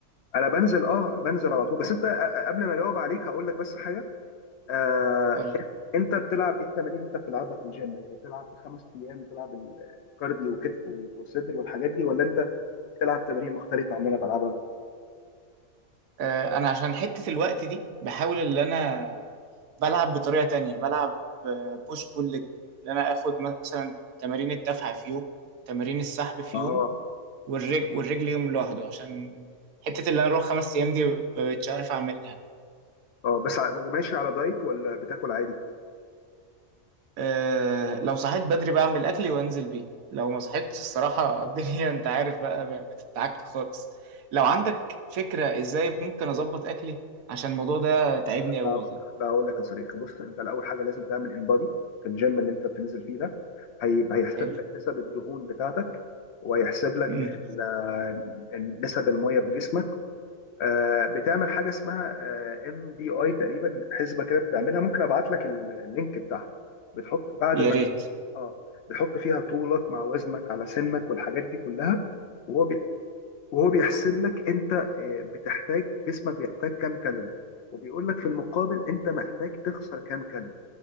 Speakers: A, on the left; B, on the right.
A: انا بنزل اه بنزل على طول بس انت آه، آه، قبل ما اجاوب عليك هقول لك بس حاجه آه
B: قول
A: انت بتلعب ايه التمارين اللي انت بتلعبها في الجيم يعني بتلعب الخمس ايام بتلعب الكارديو وكتف وصدر والحاجات دي ولا انت بتلعب تمارين مختلفه عن اللي انا بلعبها
B: آه، انا عشان حتة الوقت دي بحاول ان انا بلعب بطريقة تانية بلعب بوش بول ليج ان انا اخد مثلا تمارين الدفع في يوم تمارين السحب في
A: اه
B: يوم والرجل والرجل يوم لوحده عشان حتة اللي انا اروح خمس ايام دي مش عارف اعملها
A: اه بس ع- وماشي على دايت ولا بتاكل عادي
B: أه لو صحيت بدري بعمل اكلي وانزل بيه لو ما صحيتش الصراحة <laughs> الدنيا انت عارف بقى بتتعك خالص لو عندك فكرة ازاي ممكن اظبط اكلي عشان الموضوع ده تعبني قوي
A: هقول-
B: والله
A: لا هقول لك يا صديقي بص انت الاول حاجه لازم تعمل انبادي في الجيم اللي انت بتنزل فيه ده هيبقى هيحسب
B: حلو
A: لك نسب الدهون بتاعتك وهيحسب لك
B: مم.
A: ال- ال- نسب الميه في جسمك آه، بتعمل حاجه اسمها ام بي اي تقريبا حسبه كده بتعملها ممكن ابعت لك ال- اللينك بتاعها بتحط بعد
B: يا
A: ما
B: ريت
A: اه بتحط فيها طولك مع وزنك على سنك والحاجات دي كلها وهو بي- وهو بيحسب لك انت آه، بتحتاج جسمك بيحتاج كام كالوري وبيقول لك في المقابل انت محتاج تخسر كام كالوري